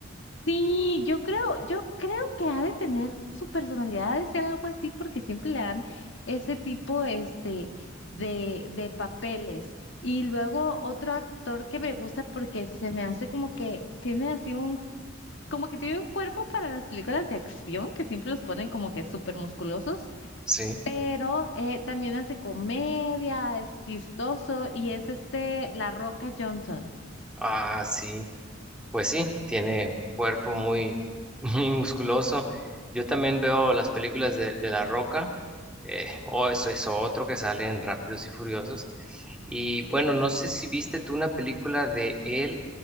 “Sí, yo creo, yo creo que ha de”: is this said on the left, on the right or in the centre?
Left